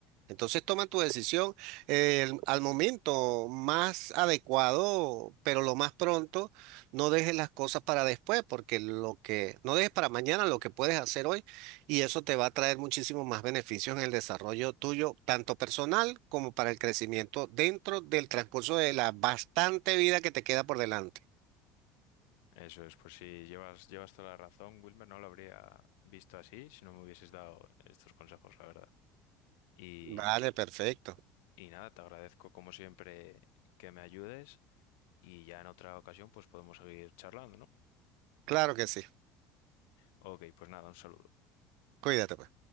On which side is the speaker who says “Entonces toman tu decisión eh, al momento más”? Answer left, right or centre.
Right